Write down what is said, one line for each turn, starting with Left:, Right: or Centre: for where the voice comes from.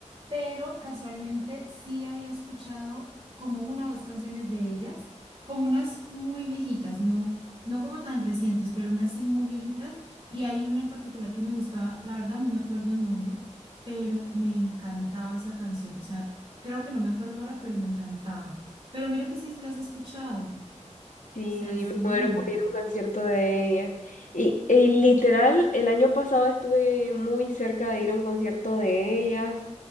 Right: pero casualmente sí había escuchado como una o dos canciones de ellas, como unas muy viejitas, no, no como tan recientes, pero unas sí muy viejitas, y hay una en particular que me gustaba, la verdad no me acuerdo el nombre, pero me encantaba esa canción, o sea, creo que no me acuerdo ahora, pero me encantaba. Pero mira que sí, sí las he escuchado
Left: Sí,
Right: sea así.
Left: me muero por ir a un concierto de ellas. Y, y literal, el año pasado estuve muy cerca de ir a un concierto de ellas.